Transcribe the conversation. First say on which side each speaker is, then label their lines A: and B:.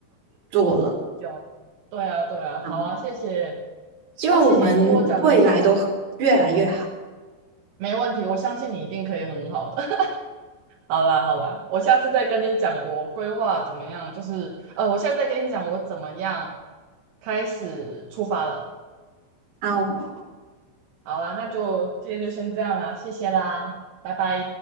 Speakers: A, on the right; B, on the right.
A: 做了
B: 有，对啊对啊，
A: 啊！
B: 好啊，谢谢
A: 希望我们未来都越来越好。
B: 啊，谢谢你听我讲那些，没问题，我相信你一定可以很好的。<laughs> 好啦好啦，我下次再跟你讲我规划怎么样，就是呃，我下次再跟你讲我怎么样开始出发了。
A: 好，
B: 好啦，那就今天就先这样啦，谢谢啦，拜拜。